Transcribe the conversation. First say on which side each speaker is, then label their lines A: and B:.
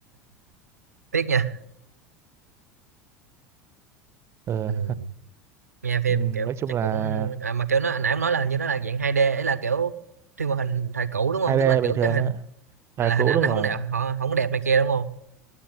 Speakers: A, on the right; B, on the right.
A: tiếc nha
B: ừ.
A: ừ. nghe phim
B: ừ, nói
A: kiểu
B: chung
A: chắc
B: là
A: cũng à, mà kiểu nó anh nãy ông nói là hình như nó là dạng 2D ấy là kiểu phim hoạt hình thời cũ đúng không
B: 2D
A: tức là
B: bình
A: kiểu
B: thường
A: cái hình
B: á
A: à,
B: thời
A: là
B: cũ
A: hình ảnh
B: đúng
A: nó
B: rồi
A: không đẹp họ không có đẹp này kia đúng không